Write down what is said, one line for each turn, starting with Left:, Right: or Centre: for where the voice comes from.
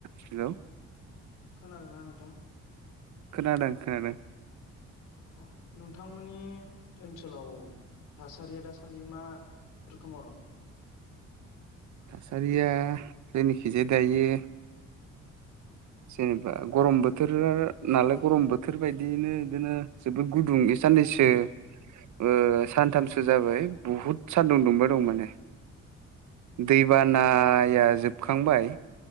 Right: Hello.
Left: खोनादों ना नोंथां?
Right: खोनादों खोनादों।
Left: अ नोंथांमोननि ओनसोलाव थासारिया दासान्दि मा रोखोमाव दं
Right: थासारिया जोंनिखिजाय दायो
Left: <inaudible>
Right: जेनेबा गरम बोथोरा नालाय गरम बोथोर बायदियैनो बिदिनो जोबोद गुदुं इ साननै सो ओ सानथामसो जाबाय बुहुद सानदुं दुंबाय दं माने। दैबानाया जोबखांबाय।